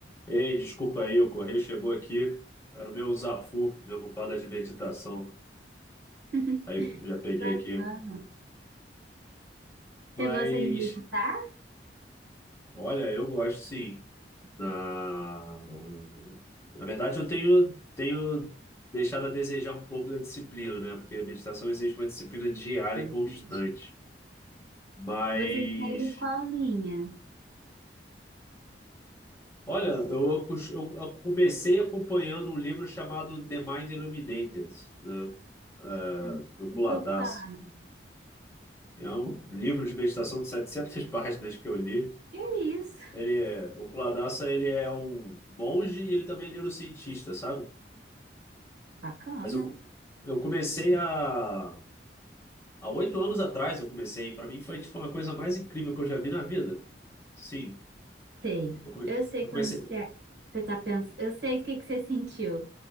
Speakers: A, on the left (about 15°); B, on the right (about 70°).
A: Ei, desculpa aí, o correio chegou aqui. Era o meu Zafu, minha almofada de meditação.
B: <laughs>
A: Aí já peguei
B: Bacana.
A: aqui. Mas,
B: Você gosta de meditar?
A: olha, eu gosto sim. Na, o- na verdade, eu tenho, tenho deixado a desejar um pouco da disciplina, né? Porque a meditação exige uma disciplina diária
B: Entendi.
A: e constante. Mas,
B: Você segue qual linha?
A: olha, eu, acus- eu eu comecei acompanhando um livro chamado The Mind Illuminated, né? É,
B: Eu
A: do Kuladasa.
B: nunca ouvi falar. não.
A: É um livro de meditação de 700 <laughs> páginas que eu li.
B: Que isso?
A: Ele é, o Kuladasa, ele é um monge e ele também é neurocientista, sabe?
B: Bacana.
A: Mas eu, co- eu comecei a... Há oito anos atrás eu comecei. Para mim foi tipo uma coisa mais incrível que eu já vi na vida. Sim,
B: Sei.
A: eu, come,
B: Eu sei
A: eu
B: que
A: comecei...
B: eu- você, é. você tá pensando. Eu sei o que, que você sentiu.